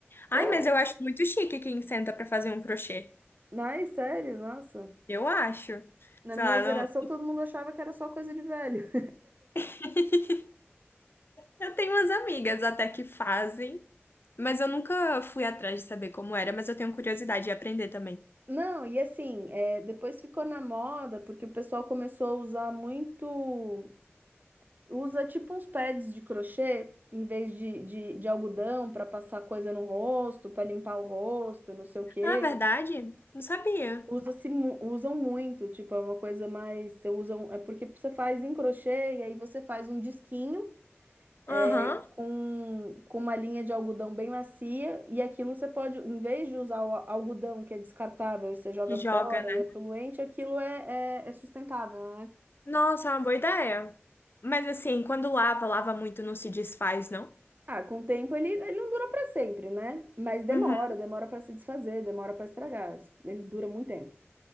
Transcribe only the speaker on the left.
Ai,
mas eu acho muito chique quem senta pra fazer um crochê.
Eu acho.
Sei
lá,
não...
<laughs> Eu tenho umas amigas até que fazem, mas eu nunca fui atrás de saber como era, mas eu tenho curiosidade de aprender também.
Ah, verdade? Não sabia.
Aham.
E
joga, né?
Nossa, é uma boa ideia. Mas assim, quando lava, lava muito, não se desfaz, não?
Uhum.